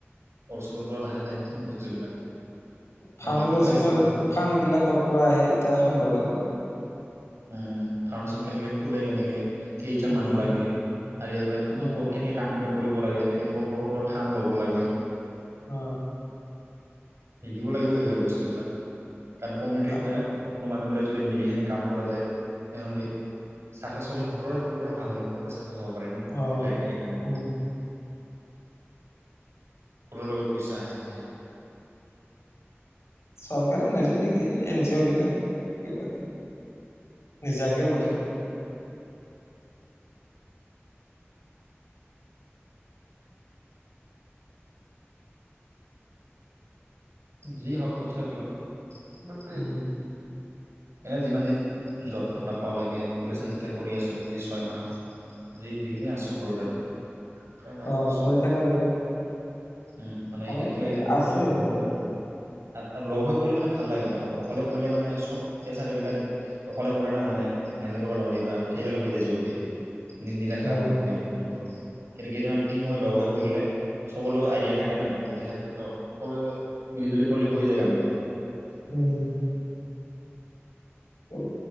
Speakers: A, on the right (about 75°); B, on the left (about 85°).
A: অৰ চুবুৰ পৰা লাহে লাহে সেইখিনি বস্তুবিলাক
B: ফাউণ্ডেশ্যনৰ
A: মাইতিও ভাল লাগিছে বহুত কথা
B: ফাণ্ড গিলা ক'ৰ পৰা আহে এতিয়া শুনবা লাগব ৰ
A: উম ফাউডেশ্যন কেনেকে খোলে কেনেকে কেইজন
B: উম
A: মানুহ লাগে আৰু ইয়াৰ পৰা কি
B: অ
A: কেনেকে কাম কৰিব লাগে কেনেকে ক'ৰ ক' ফাড ল'ব লাগে
B: অ
A: শিকিব লাগিব এইবিলাক বস্তুবিলাক কাৰণ কমিউিটিৰ
B: তাক
A: দ সকলো মানুহবিলাক‌ যদি মিলিহেনে কাম কৰা যায় তেহ চখা চলি সকলোৰে সকলোৰে ভাল হয় সকলোৰে খব পাৰে ন
B: অ
A: একলাই একন
B: উম
A: কৰ লগত পইচা আহে তেতিয়া
B: চৰকাৰে নেদে নেকি এন জি অ' বিলাক কিবা নিজাকে বধায়
A: যি হওক তথাপিও বাট‌
B: উম
A: এনে যিমান দিন জপ থপ নাপাৱালৈকে প্ৰভচন যেতিয়া কৰি আছো যি ছয়মাহ যি যিখিনি আছো ঘৰত আৰু ছয়মাহ এক
B: আহ
A: বছৰ
B: পৰি থকা যাব
A: উম মানে
B: আমাৰ
A: এবিলাক
B: ইতে
A: কিবা কিবি কৰি
B: আছে
A: থাকিলে ভাল হয় আৰু লগ হৈ কৰিলে মানে ভাল লাগে মানে অকলে কৰিলে মানে সব প্ৰেচাৰ এইবিলাক অকলে প না মানে হেণ্ডেল কৰিব নোৱাৰি বা ফেইলোৰ হৈ যায় জল্দি নিৰাখা
B: উম
A: হৈ যায় মনটো কিন্তু কেইজনমান টিম হৈ লগ হৈ কৰিলে চব লগ দিয়া থাকে না বুদ্ধি থাকে তো সকলোৱে মিলি জুলি কৰিলে হৈ যায় কামটো
B: উম কৰ